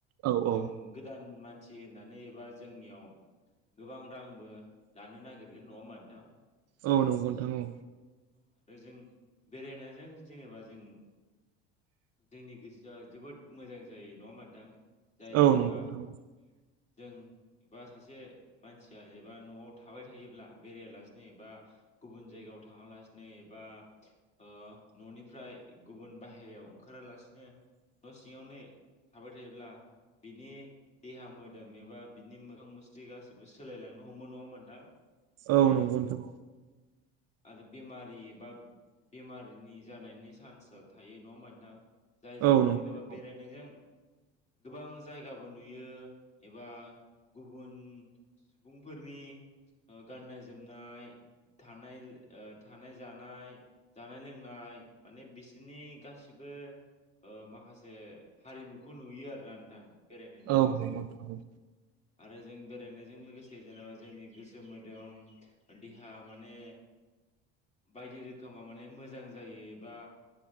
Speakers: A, on the right (about 50°); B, on the left (about 20°).
A: औ
B: जों
A: औ
B: गोदान मान सि होननानै एबा जोंनियाव गोबां रांबो लानो नागिरगोन नङा होमबा नोंथां
A: औ नंगौ नोंथां औ
B: आरो जों बेरायनायजों जेनेबा जों जोंनि गोसोआ जोबोद मोजां जायो नङा होमबा नोंथां जाय
A: औ
B: जेनेबा
A: नंगौ नोंथां
B: जोंनि जों एबा सासे मानसिया एबा न'आव थाबाय थायोब्ला बेरायालासनो एबा गुबुन जायगायाव थाङा ला बेनो एबा ओ न'निफ्राय गुबुन बाहेरायाव ओंखारालासिनो न' सिङावनो थाबाय थायोब्ला बिनि देहा मोदोम एबा बिनि मोदोम मोखां मुस्रि गाैबो सोलायलांनो हमो नङा होमबा नोंथां
A: औ
B: जाय
A: नंगौ नोंथां
B: आरो बेमारि एबा बेमारिनि जानायनि चान्सआ थायो नङा होमबा नोंथां जायजों
A: औ नंगौ नोंथां
B: जेनेबा बेरायनायजों गोबां जायगाबो नुयो एबा गुबुन सुबुंफोरनि गाननाय जोमनाय थानाय ओ थानाय जानाय जानाय लोंनाय माने बिसोरनि गासिबो ओ माखासे हारिमुखौ नुयो आरोना नोंथां बेरायनायजों
A: औ
B: लोगोसे
A: नंगौ नोंथां औ
B: आरो जों बेरायनायजों लोगोसे जेनेबा जोंनि गोसो मोदोम देहा माने बायदि रोखोमा माने मोजां जायो एबा